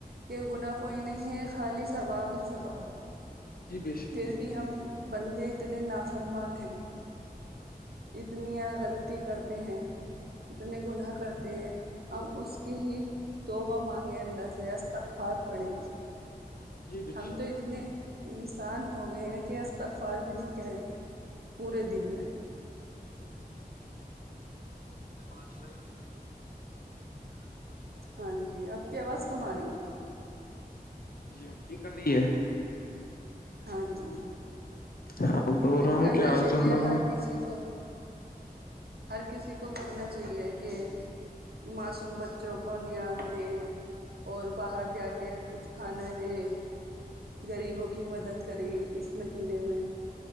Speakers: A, on the right; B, on the left.
A: یہ گناہ کوئی نہیں ہے خالی ثواب ہی ثواب ہے
B: جی بے شک
A: پھر
B: وہ تو
A: بھی
B: ہے
A: ہم بندے اتنے نافرمان ہیں اتنیاں غلطی کرتے ہیں اتنے گناہ کرتے ہیں ہم اس کے ہی توبہ مانگے اللہ سے استغفار پڑھے
B: جی بے
A: ہم
B: شک
A: تو اتنے انسان ہو گئے ہیں استغفار بھی نہیں کہتے پورے دن میں
B: آج تو ہمارا معاشرا ہی ہے بگڑا وہ ہے
A: ہاں جی آپ کی آواز کم ارہی ہے
B: جی اب ٹھیک آ رہی ہے
A: ہاں جی
B: ہاں بول رہا ہوں
A: کرنا
B: کہ آج
A: چاہیے
B: جوا
A: ہر کسی کو ہر کسی کو کرنا چاہیے کہ معصوم بچوں کو نیاز دے اور باہر جا کے کچھ کھانا دیں غریبوں کی مدد کریں اس مہینے میں